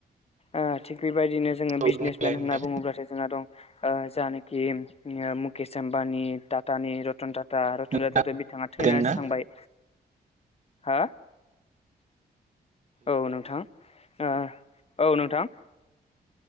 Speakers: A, on the left; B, on the right.
A: ओ थिग बेबायदिनो। जोङो
B: औ
A: बिजनेसमेन
B: बुंलाय
A: होनना
B: नोंथां।
A: बुङोब्लासो जोंना दं ओ जानाखि केसम्बानि टाटानि रतन टाटा रतन
B: नोंथाङा
A: टाटाथ' बिथाङा थैनानै
B: खोनादोंना
A: सांबाय। हा औ नोंथां। आ औ नोंथां।